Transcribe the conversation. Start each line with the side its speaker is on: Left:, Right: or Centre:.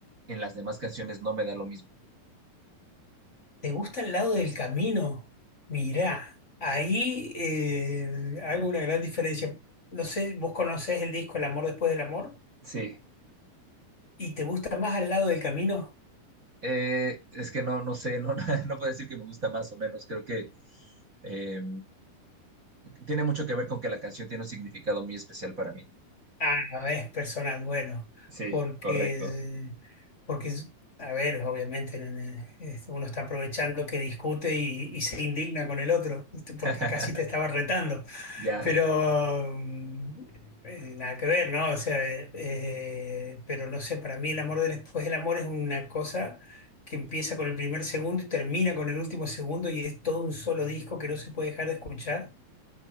Right: en las demás canciones no me da lo mismo.
Left: ¿Te gusta el lado del camino? Mirá, ahí eh, hago una gran diferencia. No sé, vos conocés el disco El amor después del amor
Right: Sí,
Left: y te gusta más al lado del camino.
Right: eh, es que no, no sé, no, <laughs> no puedo decir que me gusta más o menos, creo que eh, tiene mucho que ver con que la canción tiene un significado muy especial para mí.
Left: Ah, no, es personal, bueno,
Right: Sí,
Left: porque,
Right: correcto.
Left: porque, a ver, obviamente en- en- este, uno está aprovechando que discute y, y se indigna con el otro, este, porque
Right: <laughs>
Left: casi te estaba retando,
Right: Ya,
Left: pero mm, eh, nada que ver, ¿no? O sea, eh, eh, pero no sé, para mí el amor del- después del amor es una cosa que empieza con el primer segundo y termina con el último segundo y es todo un solo disco que no se puede dejar de escuchar